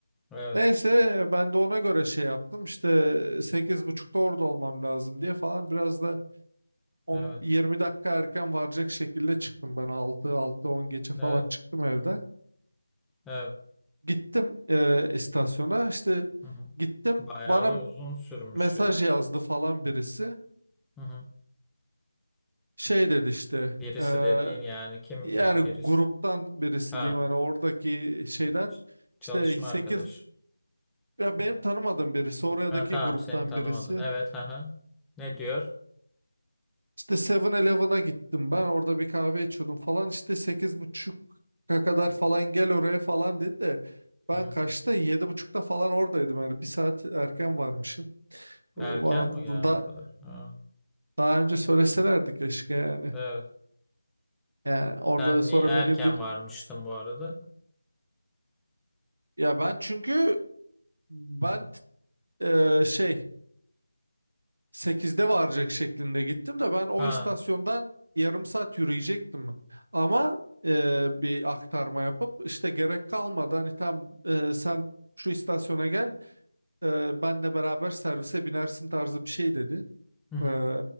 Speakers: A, in the centre; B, on the right.
A: Evet.
B: Neyse ben de ona göre şey yaptım. İşte sekiz buçukta orada olmam lazım diye falan biraz da 10
A: Evet.
B: 20 dakika erken varacak şekilde çıktım ben 6 6 10 geçe falan
A: Evet.
B: çıktım evden.
A: Evet.
B: Gittim e, istasyona. İşte
A: Hı hı.
B: gittim
A: Bayağı
B: bana
A: da uzun sürmüş
B: mesaj
A: ya.
B: yazdı falan birisi.
A: Hı hı.
B: şey dedi işte
A: Birisi
B: eee,
A: dediğin yani kim
B: yani
A: ya birisi?
B: gruptan birisi
A: Ha,
B: diyeyim hani oradaki şeyden
A: ç- çalışma
B: işte sekiz
A: arkadaş.
B: ya benim tanımadığım birisi oradaki
A: Ha, tamam
B: gruptan
A: seni tanımadın.
B: birisi
A: Evet, ha ha. Ne diyor?
B: işte Seven elevena gittim ben orada bir kahve içiyordum falan işte 8.30'a kadar falan gel oraya falan dedi de ben
A: Hı hı.
B: kaçta 7.30'da falan oradaydım yani bir saat erken varmışım bana
A: Erken
B: da,
A: mi ya
B: da-
A: o kadar? Ha.
B: daha önce söyleselerdi keşke yani
A: Evet.
B: yani orada
A: Sen
B: sonra
A: ni- erken
B: beni bir
A: varmıştın bu arada.
B: ya ben çünkü ben e, şey sekizde varacak şeklinde gittim de ben o
A: Ha.
B: istasyondan yarım saat yürüyecektim. Ama e, bir aktarma yapıp işte gerek kalmadı hani tam e, sen şu istasyona gel e, benle beraber servise binersin tarzı bir şey dedi.
A: Hı hı.
B: E,